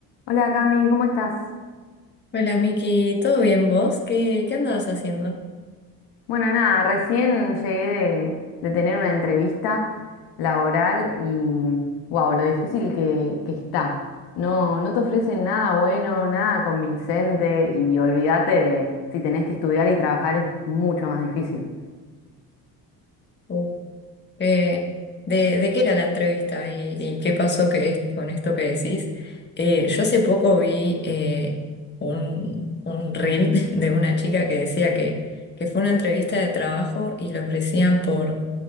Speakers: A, on the left; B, on the left.
A: Hola Cami, ¿cómo estás?
B: Hola Miki, ¿todo bien vos? ¿Qué, qué andabas haciendo?
A: Bueno, nada, recién llegué de, de tener una entrevista laboral y wow, lo difícil que, que está. No, no te ofrecen nada bueno, nada convincente y olvídate de si tenés que estudiar y trabajar es mucho más difícil.
B: ¿O qué- de, de qué era la entrevista y, y qué pasó que es- con esto que decís? Eh, yo hace poco vi eh, un, un reel <laughs> de una chica que decía que, que fue una entrevista de trabajo y le ofrecían por,